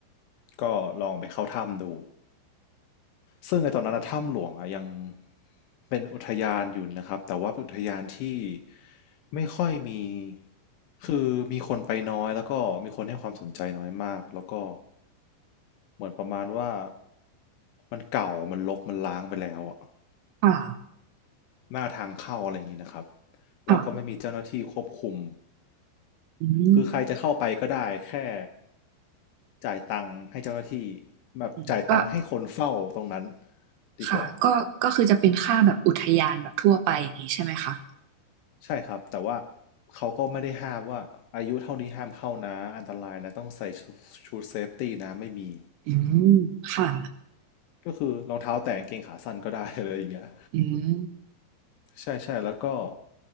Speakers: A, on the left; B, on the right.
A: ก็ลองไปเข้าถ้ำดู ซึ่งไอ้ตอนนั้นนะถ้ำหลวงอะยังเป็นอุทยานอยู่นะครับแต่ว่าเป็นอุทยานที่ไม่ค่อยมีคือมีคนไปน้อยแล้วก็มีคนให้ความสนใจน้อยมากแล้วก็เหมือนประมาณว่ามันเก่ามันรกมันล้างไปแล้วอะ
B: ค่ะ
A: หน้าทางเข้าอะไรอย่างนี้นะครับ
B: ค่ะ
A: แล้วก็ไม่มีเจ้าหน้าที่ควบคุม
B: อืม
A: คือใครจะเข้าไปก็ได้แค่จ่ายตังค์ให้เจ้าหน้าที่แบบจ่ายตังค์ให้คนเฝ้าตรงนั้น
B: อืมก็
A: ดีกว่า
B: ค่ะก็ก็คือจะเป็นค่าแบบอุทยานแบบทั่วไปอย่างนี้ใช่ไหมคะ
A: ใช่ครับแต่ว่าเขาก็ไม่ได้ห้ามว่าอายุเท่านี้ห้ามเข้านะอันตรายนะต้องใส่ชุชดเซฟตี้นะไม่มี
B: อืมค่ะ
A: ก็คือรองเท้าแตะกางเกงขาสั้นก็ได้อะไรอย่างเงี้ย
B: อืม
A: ใช่ใช่แล้วก็